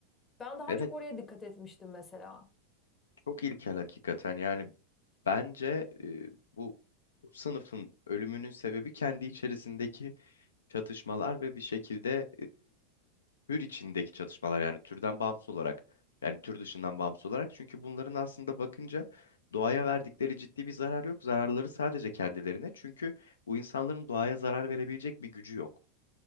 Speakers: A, on the left; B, on the left.
A: Ben daha
B: Evet
A: çok oraya dikkat etmiştim mesela.
B: çok ilkel hakikaten yani bence e, bu sınıfın ölümünün sebebi kendi içerisindeki çatışmalar ve bir şekilde tür içindeki çatışmalar yani türden bağımsız olarak yani tür dışından bağımsız olarak çünkü bunların aslında bakınca doğaya verdikleri ciddi bir zarar yok. Zararları sadece kendilerine. Çünkü bu insanların doğaya zarar verebilecek bir gücü yok.